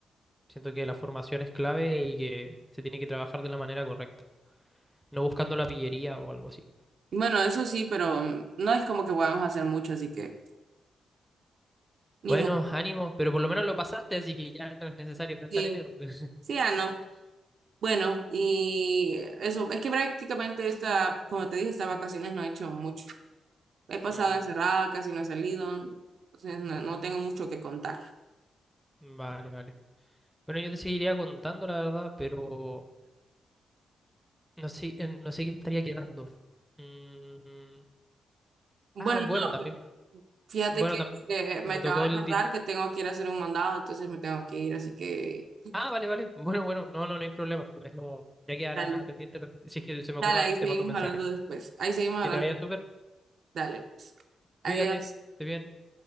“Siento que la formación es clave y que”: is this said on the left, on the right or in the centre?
Centre